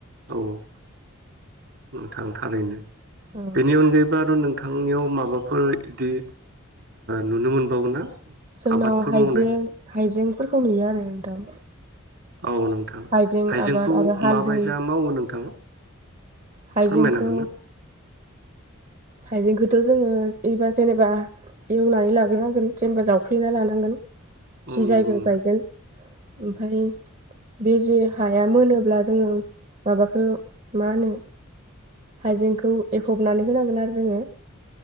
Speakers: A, on the right (about 60°); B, on the right (about 35°).
A: औ नोंथां थारैनो।
B: औ
A: बेनि अनगायैबो आरो नों नोंथांनियाव माबाफोर इदि नुनो मोनबावो ना?
B: जोंनाव
A: आबादफोर
B: हाइजें
A: मावनाय
B: हाइजेंफोरखौ नुयो आरो नोंथां।
A: औ नोंथां
B: हाइजें
A: हाइजेंखौ
B: आबाद आरो हालदै
A: माबायदि मावनो? नोंथां।
B: हाइजेंखौ
A: फोरमायनो हागोन ना
B: हाइजेंखौ थ' जोङो एबा जेनेबा एवनानै लाग्रोनांगोन जेनेबा जावफ्लेना लानांगोन
A: औ
B: जि
A: नंगौ
B: जायगायाव
A: नोंथां
B: गायगोन ओमफ्राय बे जे हाया मोनोब्ला जोङो माबाखौ मा होनो हाइजेंखौ एफबनानै होनांगोन आरो जोङो